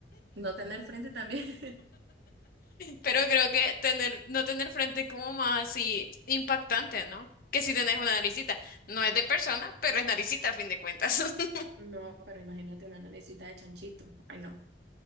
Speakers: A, on the right; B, on the left.
A: no tener frente también. <laughs>
B: Pero creo que tener, no tener frente es como más así impactante, ¿no? Que si tenés una naricita. No es de persona, pero es naricita a fin de cuentas. <laughs>
A: No, pero imagínate una naricita de chanchito. Ay, no.